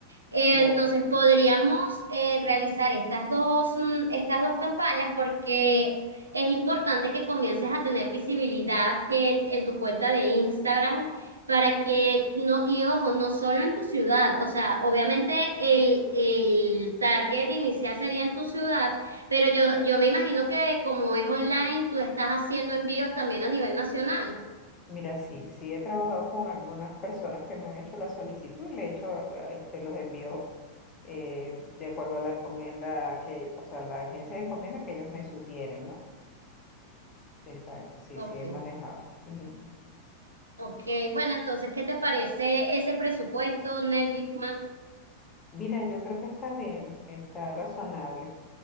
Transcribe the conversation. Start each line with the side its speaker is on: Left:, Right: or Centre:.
Right: Eh,
Left: claro.
Right: Entonces podríamos eh, realizar estas dos, mm, estas dos campañas porque es importante que comiences a tener visibilidad eh, en tu cuenta de Instagram para que no, y ojo, no solo en tu ciudad, o sea, obviamente el, el target inicial sería en tu ciudad, pero yo, yo me imagino que como es online, tú estás haciendo envíos también a nivel nacional.
Left: Mira, sí, sí he trabajado con algunas personas que me han hecho la solicitud y le he hecho eh, este, los envíos eh, de acuerdo a la encomienda que, o sea, la agencia de encomienda que ellos me sugieren, ¿no? Exacto, sí,
Right: Ok.
Left: sí he manejado. Ujú.
Right: Ok, bueno, entonces, ¿qué te parece ese presupuesto, Nel Bitman?
Left: Mira, yo creo que está bien, está razonable,